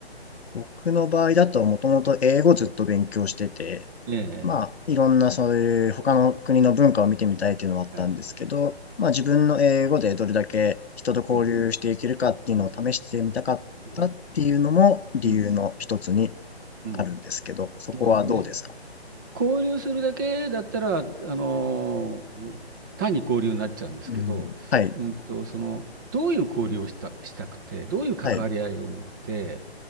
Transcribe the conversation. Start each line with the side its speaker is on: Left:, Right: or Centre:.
Left: 僕の場合だともともと英語ずっと勉強してて、
Right: ええ
Left: まあ、いろんなそういう他の国の文化を見てみたいっていうのはあったんですけど、
Right: はい。
Left: まあ自分の英語でどれだけ人と交流していけるかっていうのを試してみたかったっていうのも理由の一つに
Right: うん、うん、うん、うん、うん。
Left: あるんですけど、そこはどうですか
Right: そうですね。交流するだけだったら、あのー単に交流になっちゃうんですけど、
Left: うん。はい。
Right: うんと、その、どういう交流をした、したくて、どういう関わり合いを持って、
Left: はい。